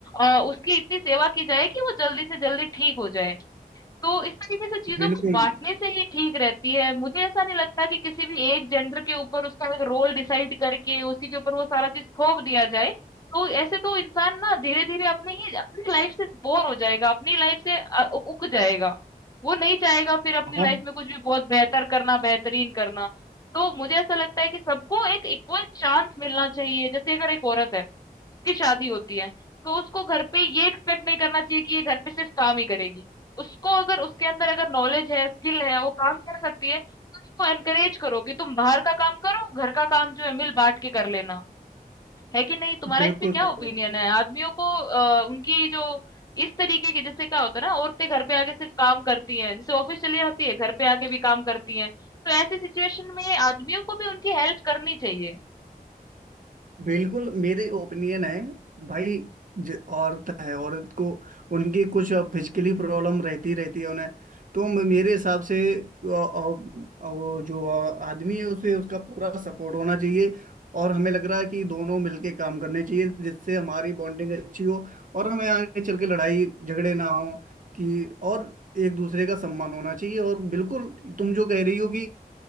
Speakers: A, on the left (about 25°); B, on the right (about 55°).
A: अ, उसकी इतनी सेवा की जाए कि वो जल्दी से जल्दी ठीक हो जाए। तो इस तरीके से चीज़ों
B: बिल्कुल
A: को बाँटने से ही ठीक रहती है। मुझे ऐसा नहीं लगता कि किसी भी एक जेंडर के ऊपर उसका एक रोल डिसाइड करके उसी के ऊपर वो सारा चीज़ थोप दिया जाए। तो ऐसे तो इंसान ना धीरे-धीरे अपनी ही अपनी लाइफ़ से बोर हो जाएगा, अपनी लाइफ़ से अ, उ ऊब जाएगा। वो नहीं चाहेगा फिर अपनी
B: हाँ
A: लाइफ़ में कुछ भी बहुत बेहतर करना, बेहतरीन करना। तो मुझे ऐसा लगता है कि सबको एक इक्वल चांस मिलना चाहिए। जैसे अगर एक औरत है की शादी होती है, तो उसको घर पे ये एक्सपेक्ट नहीं करना चाहिए कि ये घर पे सिर्फ काम ही करेगी। उसको अगर उसके अंदर अगर नॉलेज है, स्किल है, वो काम कर सकती है, तो उसको एनकरेज करो कि तुम बाहर का काम करो, घर का काम जो है मिल बाँट के कर लेना। है कि नहीं? तुम्हारा
B: बिल्कुल
A: इस पे क्या
B: सही
A: ओपिनियन
B: बात
A: है? आदमियों को अ, उनकी जो इस तरीके की जैसे क्या होता है ना औरतें घर पे आके सिर्फ काम करती हैं, जैसे ऑफिस चली जाती है, घर पे आके भी काम करती हैं। तो ऐसी सिचुएशन में आदमियों को भी उनकी हेल्प करनी चाहिए।
B: बिल्कुल मेरे ओपिनियन है भाई ज- औरत है औरत को उनकी कुछ फिजिकली प्रॉब्लम रहती रहती है उन्हें तो म- मेरे हिसाब से अ- अ- वो जो आदमी है उसे उसका पूरा सपोर्ट होना चाहिए और हमें लग रहा है कि दोनों मिलके काम करने चाहिए जिससे हमारी बॉन्डिंग अच्छी हो और हमें आगे चल के लड़ाई झगड़े ना हो कि और एक दूसरे का सम्मान होना चाहिए और बिल्कुल तुम जो कह रही हो कि